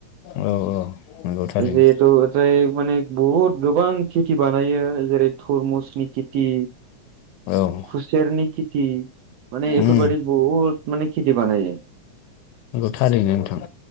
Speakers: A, on the left; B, on the right.
A: औ औ नंगौ थारैनो
B: जिहेतु होजायो माने बहुद गोबां खेथि बानायो जेरै थरमुसनि खेथि
A: औ
B: खुसेेरनि खेथि माने एफोरबादि
A: उम
B: बहुत माने खेथि बानायो
A: नंगौ थारैनो नोंथां